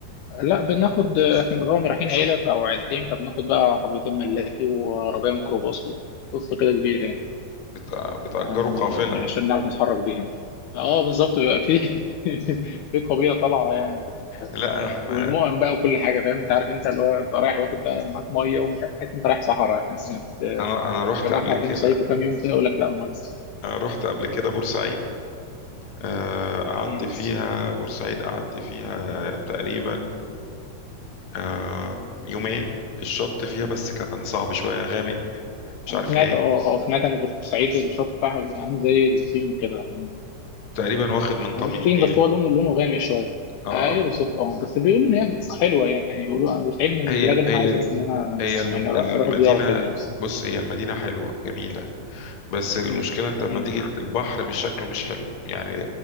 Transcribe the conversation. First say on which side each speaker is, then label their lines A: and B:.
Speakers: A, on the left; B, on the left.
A: لا بناخد احنا طبعا رايحين عيله ف- او عيلتين فبناخد بقى عربيتين ملاكي وعربيه ميكروباص وقصه كده كبيره يعني
B: بت... بتأجروا
A: آه،
B: قافلة
A: عشان نعرف نتحرك بيها اه بالظبط بيبقى في <laughs> في قبيله طالعه يعني
B: لا احنا
A: والمؤن بقى وكل حاجه فاهم انت عارف انت اللي هو أنت رايح واخد بقى معاك ميه ومش عارف تحس انت رايح صحراء يعني بس- بس
B: انا انا رحت
A: يا جماعه
B: قبل
A: احنا رايحين
B: كده
A: نصيف وكام يوم كده يقول لك لا ميه
B: آه، رحت قبل كده بورسعيد آه، قعدت
A: مم.
B: فيها بورسعيد قعدت فيها تقريبا آه، يومين الشط فيها بس كان صعب شوية غامق مش
A: انا
B: عارف
A: سمعت
B: ليه
A: اه اه سمعت ان بورسعيد الشط بتاعها بيبقى عامل زي الصين كده
B: تقريبا واخد من طمي
A: هو مش
B: النيل
A: طين بس هو لونه لونه غامق شويه
B: آه،
A: ايوه
B: آه،
A: بالظبط اه بس بيقولوا ان هي حلوه يعني بيقولوا انا بتعيد من البلاد
B: هي
A: اللي
B: هي
A: انا عايز اروح ان انا
B: هي الم-
A: يعني اروح
B: المدينة
A: أروح زياره كده يعني
B: بص هي المدينة حلوة جميلة بس المشكلة
A: امم
B: انت لما
A: امم
B: تيجي البحر مش شكله مش حلو يعني